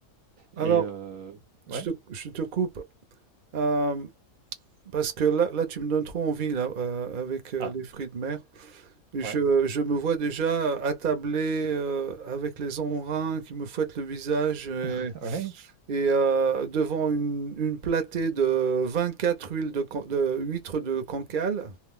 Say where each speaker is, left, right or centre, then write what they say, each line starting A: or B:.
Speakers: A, on the right; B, on the right.
A: Alors,
B: Et euh, ouais,
A: je te, je te coupe euh, parce que là, là, tu me donnes trop envie là, euh, avec euh,
B: ah,
A: les fruits de mer. Je,
B: ouais,
A: je me vois déjà attablé euh, avec les embruns qui me fouettent le visage et,
B: <laughs> ouais,
A: et, euh, devant une, une platée de 24 huiles de, can- de huîtres de Cancale.